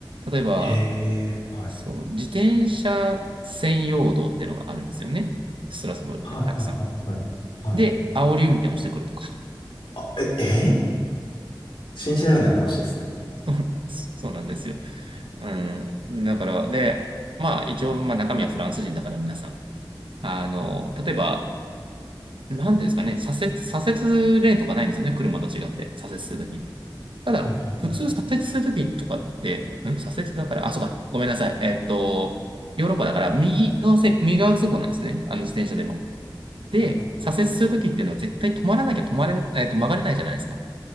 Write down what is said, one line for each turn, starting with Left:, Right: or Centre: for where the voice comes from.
Right: 例えば、
Left: へえ、はい。
Right: そう、自転車専用道っていうのがあるんですよね。ストラスブールってたくさん。
Left: はいはいはいはい。はい。
Right: で、煽り運転をしてくるとか。
Left: あ、え、えー信じられない話ですね。
Right: <laughs> そうなんですよ。うん。だから、で、まあ一応、まあ中身はフランス人だから皆さん。あの、例えば、なんていうんですかね、左折、左折レーンとかないんですよね、車と違って、左折するときに。ただ、
Left: はいはいはい。
Right: 普通左折するときとかって、ん左折だから、あ、そうか、ごめんなさい。えっと、ヨーロッパだから、右側せ、右側通行なんですね、あの自転車でも。で、
Left: はいはいはい。
Right: 左折するときっていうのは絶対止まらなきゃ止まれ、えっと、曲がれないじゃないですか。